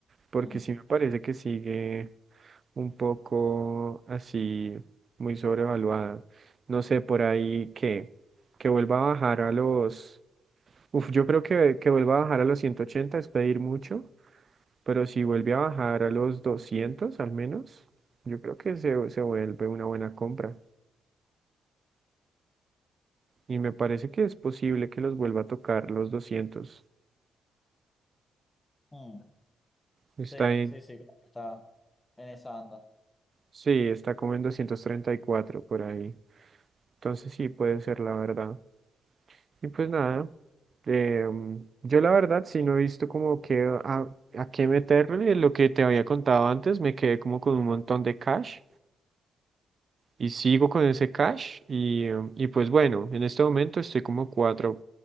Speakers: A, on the right; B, on the left.
A: porque
B: Mm,
A: sí me parece que sigue un poco así, muy sobrevaluada. No sé, por ahí que, que vuelva a bajar a los... Uf, yo creo que, que vuelva a bajar a los 180 es pedir mucho, pero si vuelve a bajar a los 200 al menos, yo creo que se, se vuelve una buena compra. Y me parece que es posible que los vuelva a tocar los 200.
B: mm,
A: Está
B: sí,
A: en...
B: sí, sí, creo que está en esa anda.
A: Sí, está como en 234 por ahí. Entonces sí, puede ser la verdad. Y pues nada, em, yo la verdad sí no he visto como que a, a qué meterle. Lo que te había contado antes, me quedé como con un montón de cash y sigo con ese cash. Y, em, y pues bueno, en este momento estoy como cuatro